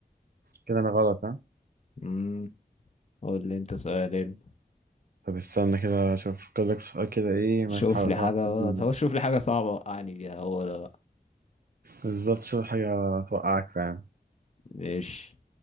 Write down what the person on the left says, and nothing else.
مم. قول لي أنت سؤال علم.
شوف
لي
حاجة
بقى هو شوف لي حاجة صعبة وقعني بيها هو ده بقى
ماشي